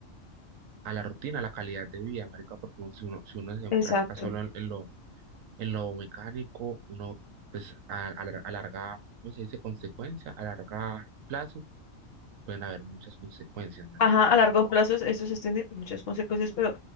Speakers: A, on the right (about 75°); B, on the left (about 50°).
A: a la rutina, a la calidad de vida, marica, porque uno- si uno, si uno se enfrasca
B: Exacto.
A: solo en, en lo, en lo mecánico, uno pues a, a, lar- a larga, ¿cómo se dice? Consecuencia, a larga plazo pueden haber muchas consecuencias, marico
B: Ajá, a largo plazo es- eso se extiende por muchas consecuencias, pero